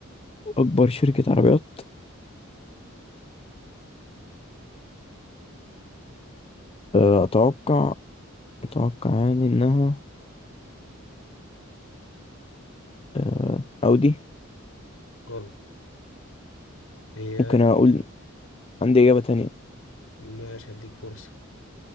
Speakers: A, on the left; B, on the left.
A: أكبر شركة عربيات آه، أتوقع أتوقع يعني إنها آه، أودي
B: غلط هي
A: ممكن أقول عندي إجابة تانية
B: ماشي هديك فرصة